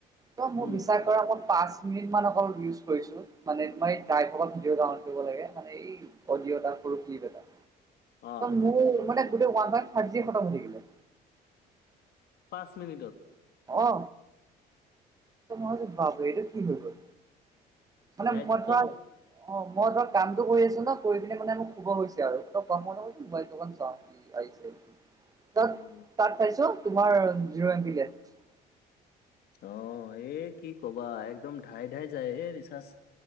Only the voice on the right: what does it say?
ত মোৰ
বিশ্বাস নেটৱৰ্কৰ নামত পাঁচ মিনিটমান অকল ইউজ কৰিছোঁ। মানে তোমাৰ যাই থত ভিডিঅ' এটাউ কৰিব লাগে মানে এই অডিঅ' এটা সৰু ক্লিপ এটা
মোৰ মানে গোটৈই ওৱান পইণ্ট ফাইভ জিবি এ খতম হৈ থাকিলে।
অ মই ভাবিছোঁ এটো কি হৈ গ'ল। মানে
মই ধৰা অ', মই ধৰা কামটো কৰি আছো ন কৰি পিনে মানে মোক শুৱ হৈছে আৰু অ', আৰু মই বুলো মোবাইল টো অকণ চাওঁ। তাত
তাত চাইছোঁ তোমাৰ জিৰ' ম বি লেফ্ট।